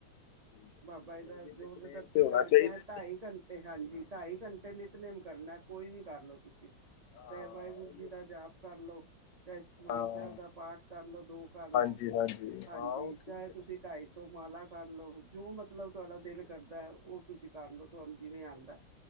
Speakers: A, on the left; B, on the right.
A: ਠੀਕ ਹੈ
B: ਬਾਬਾ
A: ਠੀਕ ਹੈ
B: ਜੀ
A: ਨਹੀਂ
B: ਦਾ,
A: ਨਹੀਂ
B: ਜਦੋ
A: ਨਿਤਨੇਮ
B: ਦੇ ਦਰਸ਼ਨ
A: ਤੇ ਹੋਣਾ
B: ਕਰਕੇ
A: ਚਾਹੀਦਾ
B: ਆਏ ਹਾਂ, ਢਾਈ ਘੰਟੇ ਤੇ, ਹਾਂਜੀ ਢਾਈ ਘੰਟੇ ਨਿਤਨੇਮ ਕਰਨਾ, ਕੋਈ ਵੀ ਕਰ ਲਉ ਤੁਸੀਂ
A: ਹਾਂ
B: ਚਾਹੇ, ਵਾਹਿਗੁਰੂ
A: ਉਹੀਓ,
B: ਜੀ ਦਾ ਜਾਪ ਕਰ ਲਉ। ਚਾਹੇ ਸੁਖਮਨੀ
A: ਹਾਂ
B: ਸਾਹਿਬ ਦਾ ਪਾਠ ਕਰਲੋ, ਦੋ ਕਰਲੋ,
A: ਹਾਂਜੀ ਹਾਂਜੀ
B: ਹਾਂਜੀ,
A: ਹਾਂ ਉਹ ਠੀਕ
B: ਚਾਹੇ ਤੁਸੀਂ
A: ਹੈ ਨਾ
B: ਢਾਈ-ਸੋ ਮਾਲਾ ਕਰ ਲਉ, ਜੋ ਮਤਲਬ ਤੁਹਾਡਾ
A: ਠੀਕ
B: ਦਿਲ ਕਰਦਾ
A: ਹੈ
B: ਉਹ ਤੁਸੀਂ ਕਰਲੋ, ਤੁਹਾਨੂੰ ਜਿਵੇਂ ਆਂਦਾ